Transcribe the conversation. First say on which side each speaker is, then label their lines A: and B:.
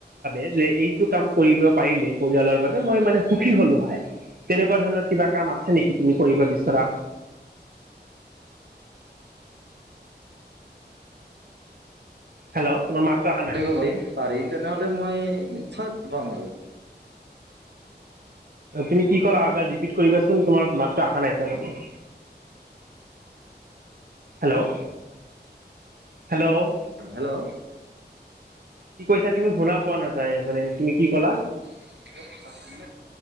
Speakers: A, on the right; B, on the right.
A: এই যে এইটো কাম কৰিব পাৰিলে পৰিয়ালৰ বাবে মই মানে সুখী হলো হয়। তেনেকুৱা ধৰণৰ কিবা কাম আছে নেকি তুমি কৰিব বিচৰা? হেল্ল'। তোমাৰ মাতটো অহা নাই।
B: কৰিব পাৰিম পাৰি তেনেহ'লে মই নিশ্চয় ভাল পাম আৰু।
A: তুমি কি ক'লা আৰু এবাৰ ৰিপিট কৰিবাচোন, তোমাৰ মাতটো আহা নাই তাৰমানে। হেল্ল', হেল্ল'
B: অ হেল্ল',
A: কি কৈছা তুমি শুনা পোৱা নাযায় মানে তুমি কি কলা?
B: <unintelligible>